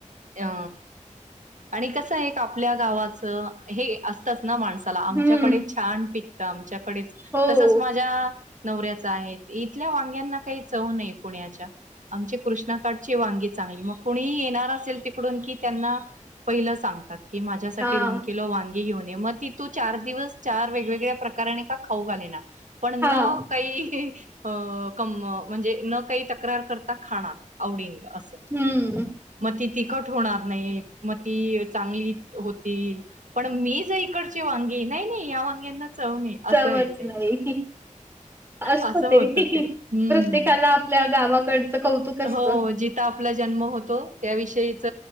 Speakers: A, on the right (about 70°); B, on the right (about 15°).
A: त्या आणि कसंय एक आपल्या गावाचं हे असतच ना माणसं चला आमच्याकडे
B: हम्म,
A: छान पिकत आमच्याकडेच
B: हो.
A: तसच माझ्या नवऱ्याचा आहे इथल्या वांग्यांना काही चव नाही पुण्याच्या आमचे कृष्णा ची वांगी चांगली मग कोणी येणार असेल तिकडून की त्यांना पहिलं सांगतात. की माझ्यासाठी
B: हां,
A: दोन किलो वांग गी घेऊन या म ती तू चार दिवस चार वेगवेगळ्या प्रकार का खाऊ घाले ना पण
B: हां.
A: न काही अ कं म्हणजे न काही तक्रार करता खाणार. आवडीनी असंय
B: हं.
A: म ती तिखट होणार नाही. म ती चांगली होतील. पण मी ज इकडचे वांगे नाही नाही या वांग्यांना चवं नाही.
B: चवच
A: असं आहे ते.
B: नाही -असत
A: असं
B: ते
A: होत हम्म.
B: -प्रत्येकाला आपल्या गावाकडचं कौतुक असतं.
A: हो जिथ आपला जन्म होतो त्याविषयीच